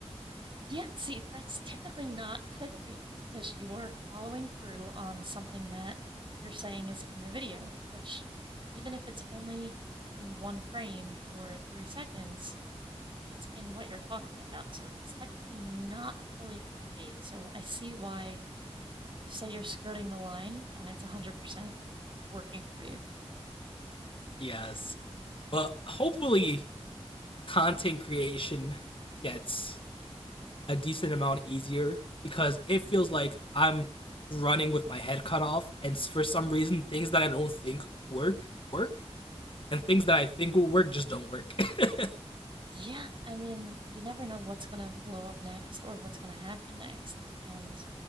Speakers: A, on the right (about 50°); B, on the left (about 55°).
A: Yeah, see, that's technically not clickbait because you are following through on something that you're saying is in the video, which even if it's only in one frame for three seconds, it's in what you're talking about, so it's technically not fully clickbait. So I see why you say you're skirting the line and it's 100% working for you.
B: <laughs> yes. But hopefully, content creation gets a decent amount easier because it feels like I'm running with my head cut off, and for some reason, things that I don't think work work, and things that I think will work just don't work. <laughs>
A: Yeah, I mean, you never know what's going to blow up next or what's going to happen next. And